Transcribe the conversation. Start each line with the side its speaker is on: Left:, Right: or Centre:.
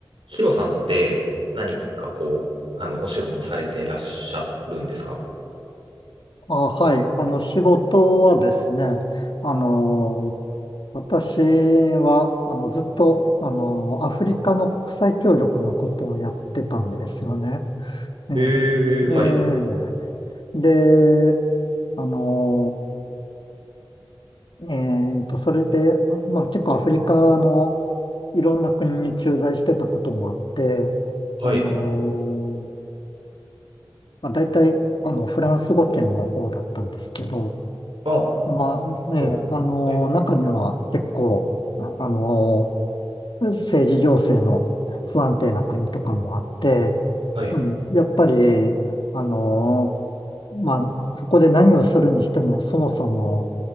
Right: ヒロさんって何かこう、あの、お仕事されていらっしゃるんですか
Left: あ、はい。あの、仕事はですね、あの、私は、あの、ずっと、あの、アフリカの国際協力のことをやってたんですよね。ええ
Right: ええ、
Left: で、
Right: はい、
Left: で、あの、えっと、それで、まあ、結構アフリカのいろんな国に駐在してたこともあって、
Right: はい。
Left: あの、まあ、大体、あの、フランス語圏の方だったんですけど、
Right: あ、
Left: まあ、ええ、
Right: うんはい、
Left: あの、中には結構、ああの、政治情勢の不安定な国とかもあって、
Right: はい。
Left: うん、やっぱり、あの、まあ、そこで何をするにしても、そもそも、